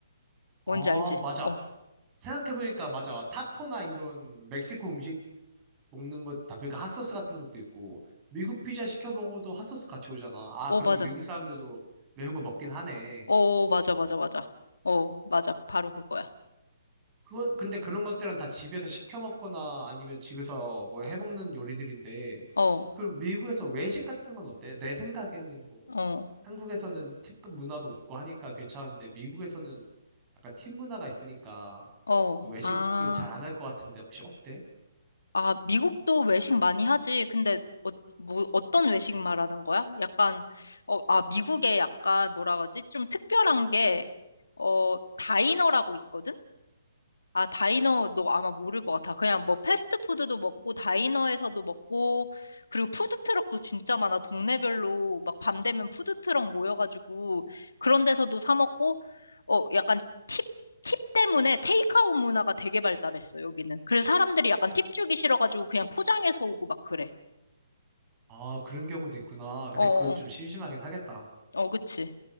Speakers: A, on the left (about 80°); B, on the right (about 25°).
A: 뭔지
B: 아,
A: 알지?
B: 맞아.
A: 어.
B: 생각해보니까 맞아. 타코나 이런 멕시코 음식 먹는 것 다 보니까 핫소스 같은 것도 있고 미국 피자 시켜 먹어도 핫소스 같이 오잖아. 아,
A: 어,
B: 그러면
A: 맞아.
B: 미국 사람들도 매운 거 먹긴 하네.
A: 어, 어, 맞아, 맞아, 맞아. 어, 맞아. 바로 그거야.
B: 그거, 근데 그런 것들은 다 집에서 시켜 먹거나 아니면 집에서 뭐 해 먹는 요리들인데,
A: 어,
B: 그럼 미국에서 외식 같은 건 어때? 내 생각에는 뭐,
A: 어,
B: 한국에서는 팁 문화도 없고 하니까 괜찮은데, 미국에서는 약간 팁 문화가 있으니까,
A: 어.
B: 그 외식을
A: 아,
B: 잘 안 할 것 같은데, 혹시 어때?
A: 아, 미국도 외식 많이 하지. 근데, 어, 뭐, 어떤 외식 말하는 거야? 약간, 어, 아, 미국에 약간, 뭐라 그러지? 좀 특별한 게, 어, 다이너라고 있거든? 아, 다이너 너 아마 모를 것 같아. 그냥 뭐 패스트푸드도 먹고 다이너에서도 먹고 그리고 푸드트럭도 진짜 많아. 동네별로 막 밤 되면 푸드트럭 모여가지고 그런 데서도 사 먹고 어 약간 팁, 팁 때문에 테이크아웃 문화가 되게 발달했어 여기는. 그래서 사람들이 약간 팁 주기 싫어가지고 그냥 포장해서 오고 막 그래.
B: 아, 그런 경우도 있구나. 근데
A: 어,
B: 그거 좀
A: 어,
B: 심심하긴 하겠다.
A: 어, 어, 그치.